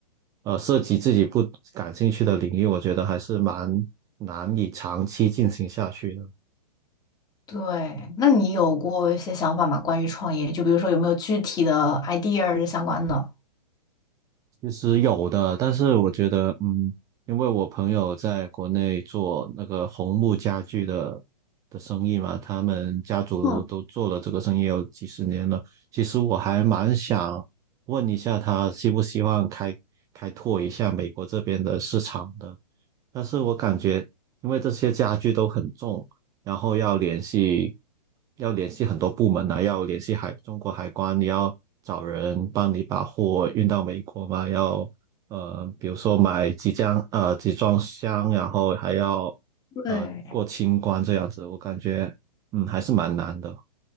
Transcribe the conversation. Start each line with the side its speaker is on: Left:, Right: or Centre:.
Right: 呃，涉及自己不感兴趣的领域，我觉得还是蛮难以长期进行下去的。
Left: 对，那你有过一些想法吗？关于创业，就比如说有没有具体的 idea 是相关的？
Right: 其实有的，但是我觉得，嗯，因为我朋友在国内做那个红木家具的的生意嘛，他们家族都做了这个生意有几十年了。
Left: 嗯，
Right: 其实我还蛮想问一下他，希不希望开开拓一下美国这边的市场的，但是我感觉，因为这些家具都很重，然后要联系，要联系很多部门啊，要联系海，中国海关，你要找人帮你把货运到美国嘛，要呃，比如说买几箱呃集装箱，然后还要
Left: 对，
Right: 呃过清关这样子，我感觉嗯还是蛮难的，